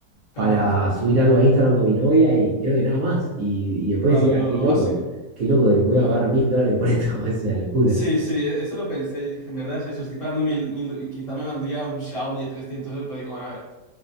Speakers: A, on the left; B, on the right.
A: Claro,
B: para subir algo a Instagram con mi novia y creo que nada más. Y, y después
A: claro,
B: decía,
A: lo,
B: qué
A: lo
B: loco,
A: básico,
B: qué loco, voy
A: claro.
B: a pagar mil dólares por esto, <laughs> es una locura.
A: Sí, sí, e- eso lo pensé, yo dije, en verdad es eso, estoy pagando mil, mil, y quizá me valdría un Xiaomi de 300 euros, pero digo, bueno, a ver,